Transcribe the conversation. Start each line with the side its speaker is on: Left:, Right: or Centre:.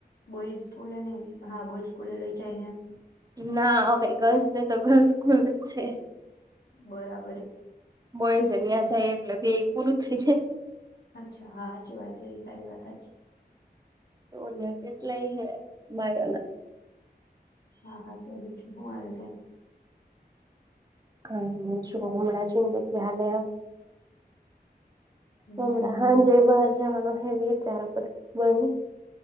Left: બોઈઝ સ્કૂલે નઈ હા બોઈ સ્કૂલે લઈ જાય એમ.
Right: ના હવે ગર્લ્સ ને તો ગર્લ્સ ખૂલ જ છે.
Left: બરા
Right: બોયઝ અયા જાય એટલે બે એ પૂરું થઈજાય.
Left: અચ્છા હા હાચી વાત થઈ તારી વાત હાચી.
Right: તો અહિયાં કેટલાય હે માય
Left: હા હા કે <unintelligible>
Right: કઈ નહિ છો હમણાં જિંદગી હાલે હ
Left: હમ
Right: હમડા હા જે બહાર જવાનો. <unintelligible>